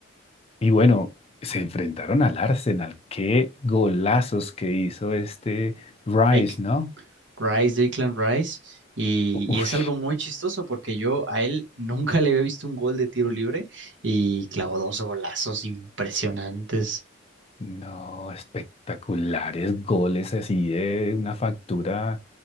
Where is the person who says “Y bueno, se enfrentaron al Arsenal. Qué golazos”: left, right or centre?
Left